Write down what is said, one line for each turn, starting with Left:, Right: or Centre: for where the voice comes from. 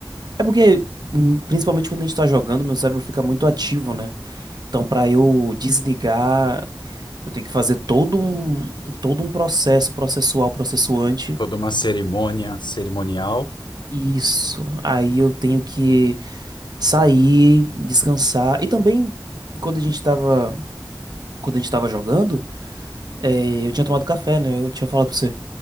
Right: É porque, hum, principalmente quando a gente tá jogando, meu cérebro fica muito ativo, né? Então, pra eu desligar, eu tenho que fazer todo um, todo um processo processual, processuante.
Left: Toda uma cerimônia cerimonial.
Right: Isso. Aí eu tenho que sair, descansar. E também, quando a gente tava, quando a gente tava jogando, eh, eu tinha tomado café, né? Eu tinha falado pra você.